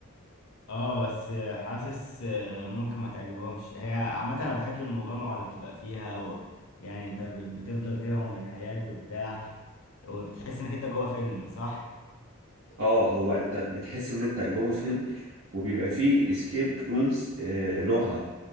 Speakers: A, on the left (about 70°); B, on the right (about 65°).
A: اه بس حاسس ممكن ما تعجبهمش هي عامة انا بحب المغامرة اللي بتبقى فيها و... يعني انت بتفضل تهرب من الحياة وبتاع وبتحس انك انت جوه فيلم صح؟
B: اه هو انت بتحس ان انت جوه فيلم وبيبقى فيه اسكيب رومز نوعها